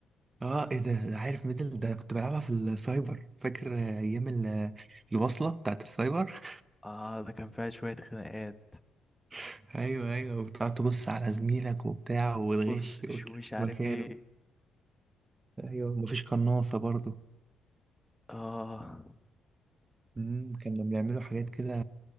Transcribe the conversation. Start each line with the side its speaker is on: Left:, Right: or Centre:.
Right: اه ايه ده ده عارف ميدل ده كنت بلعبها في السايبر فاكر ايام ال- الوصلة بتاعت السايبر
Centre: اه ده كان فيها شوية خناقات
Right: <laughs> ايوه ايوه وتقعد تبص على زميلك وبتاع وتغش
Centre: بص شو
Right: وتغش
Centre: مش عارف
Right: مكانه
Centre: ايه
Right: ايوه مفيش قناصة برضه
Centre: اه
Right: مم، كانوا بيعملوا حاجات كده